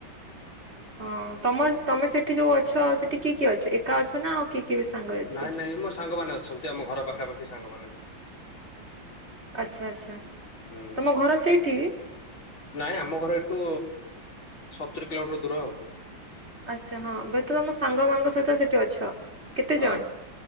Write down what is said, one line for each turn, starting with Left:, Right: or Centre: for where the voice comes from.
Right: ହଁ ତମର ତମେ ସେଠି ଯୋଉ ଅଛ ସେଠି କିଏ କିଏ ଅଛ ଏକା ଅଛ ନା ଆଉ କିଏ? କିଏ ବି ସାଙ୍ଗ ଅଛି?
Left: ନାଇଁ ନାଇଁ ମୋର ସାଙ୍ଗମାନେ ଅଛନ୍ତି ଆମ ଘର ପାଖାପାଖି ସାଙ୍ଗମାନେ।
Right: ଆଚ୍ଛା ଆଚ୍ଛା
Left: ହୁଁ
Right: ତମ ଘର ସେଇଠି
Left: ନାଇଁ ଆମ ଘର ଏଠୁ ସତୁରି କିଲୋମିଟର ଦୂର ଆଉ।
Right: ଆଛା ହଁ ହୁଏତ ତମ ସାଙ୍ଗ ମାନଙ୍କ ସହିତ ସେଠି ଅଛ। କେତେ
Left: ହଁ
Right: ଜଣ